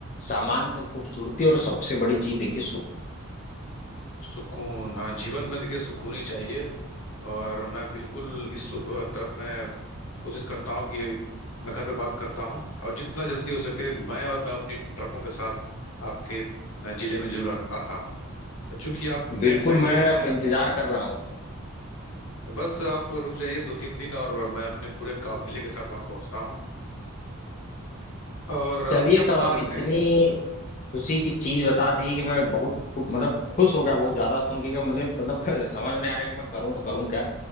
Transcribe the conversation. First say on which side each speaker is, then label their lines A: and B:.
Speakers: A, on the left; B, on the left.
A: सामान्य खूबसूरती और सबसे बड़ी चीज देखिए सुकून
B: सुकून हाँ जीवन में देखिए सुकून ही चाहिए और मैं बिल्कुल इस सु- तरफ मैं कोशिश करता हूँ कि मैं घर पे बात करता हूँ और जितना जल्दी हो सके मैं और मैं अपनी ट्रकों के साथ आपके अ, जिले में जरूर आन- आता हूँ चूंकि आप इतने
A: बिल्कुल
B: एक्साइटेड
A: मैं
B: हैं
A: अब इंतजार कर रहा हूँ
B: तो बस आप रुक जाइए दो तीन दिन और मैं अपने पूरे काफिले के साथ वहां पहुंचता हूँ और आप
A: चलिए
B: क्या
A: तब
B: बता
A: आप
B: सकते
A: इतनी
B: हैं
A: खुशी की चीज बता दी कि मैं बहुत खु- मतलब खुश हो गया बहुत ज्यादा सुन के कि मुझे मतलब <laughs> समझ में नहीं आ रहा है कि मैं करूँ तो करूँ क्या